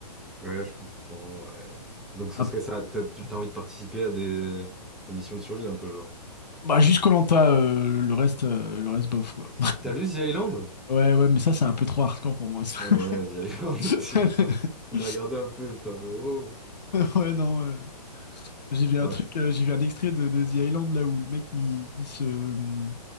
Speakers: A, in the centre; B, on the left.
A: Ouais, je comprends, ouais. Donc ce
B: hein.
A: serait ça, t'as t'as envie de participer à des, des missions de survie un peu, genre.
B: Bah, juste Koh Lanta, euh, le reste, euh, le reste bof, quoi.
A: T'as vu The Island?
B: Ouais, ouais, mais ça, c'est un peu trop hardcore pour moi. ça.
A: Ouais, The Island,
B: <laughs>
A: <laughs> The Island. On a regardé un peu, j'étais en mode, oh.
B: ouais, non. euh, J'ai vu un
A: Bah,
B: truc,
A: c'est-
B: euh, j'ai vu un extrait de, de The Island là où le mec il, il se. hum,